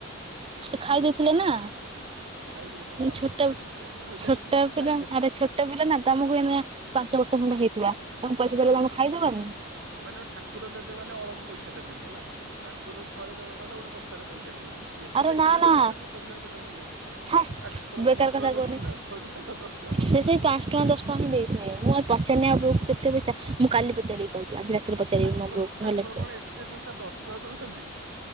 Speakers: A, on the right; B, on the right.
A: ସେ ଖାଇ ଦେଇଥିଲେ ନା।
B: ଖାଇଦେଲେ ସବୁ
A: ମୁଁ
B: ଯାକ
A: ଛୋଟ
B: ପଇସାରେ କେତେ ଏମିତି ପଇସା
A: ଛୋଟ
B: ଦେଇଥିଲେ
A: ପିଲା
B: ଖାଇଦେଲେ।
A: ଆରେ ଛୋଟ ପିଲା ନା ତମକୁ ଏଇନା ପାଞ୍ଚ ବର୍ଷେ ହେଇଥିବ ତମକୁ ପଇସା
B: ହଁ
A: ଦେଲେ ତମେ ଖାଇଦବନି।
B: ମାନେ ଠାକୁର ଦେବେ ମାନେ ଅଳପ ପଇସା ଦେବେନି ହେଲା। ଠାକୁର ଥରେ ଦେବେ ମାନେ ଗୋଟେ ବସ୍ତାଏ ପଇସା ଦେବେ କେତେ
A: ଆରେ ନା
B: ଖାଇବ
A: ନା
B: ଗୋଟେ ଛୋଟ ପିଲାର ପେଟ ଫୁଲୁ ହେଇଯିବ
A: ହେ
B: ଆଉ ଠାକୁର
A: ବେକାର
B: କଣ ଦଶ
A: କଥା
B: ଟଙ୍କା ଦଉଛନ୍ତି
A: କୁହନି
B: ନା ତଥଳି ନାଁ କଣ ଦଶ ଟଙ୍କା ଦଉଛନ୍ତି
A: ସେ ସେଇ
B: ଠାକୁର।
A: ପାଞ୍ଚ ଟଙ୍କା ଦଶ ଟଙ୍କା ହିଁ ମୁଁ ବୋଉ କୁ ପଚାରି ଆ କେତେ ପଇସା ମୁଁ କାଲି ପଚାରିବି। କହି ଆଜି ରାତିରେ ପଚାରିବି
B: ଠାକୁର
A: ମୋ ବୋଉ
B: ଠାକୁର
A: ଭଲ କୁ ସେ।
B: କଣ ଏତେ ଚୁଣ୍ଠା ଦଶ ଟଙ୍କା ଦଉଛନ୍ତି।